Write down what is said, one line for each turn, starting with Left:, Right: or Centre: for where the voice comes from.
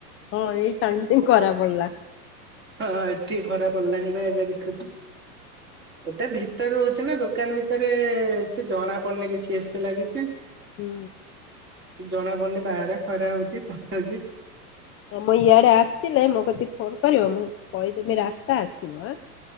Left: ହଁ ଏଇ ସାଙ୍ଗେ ସାଙ୍ଗ କରା ପଡିଲା।
Right: ହଁ ଏଠିକି ଖରାପ ପିଲାଣି ବା ଏବେ ଦେଖୁଛୁ। ଏଟା ଭିତରେ ରହୁଛି ନା ଦୋକାନ ଭିତରେ ସେ ଜଣା ପଡୁନି କିଛି ଏ ସି ଲାଗିଛି।
Left: ହୁଁ।
Right: ଜଣା ପଡୁନି ବାହାରେ ଖରା ହଉଛି କଣ ହଉଛି।
Left: ହଁ ମୁଁ ଇଆଡେ ଆସିଲେ ମୋ କତିକି ଫୋନ କରିବ ମୁଁ କହିଦମି ରାସ୍ତା ଆସିବ।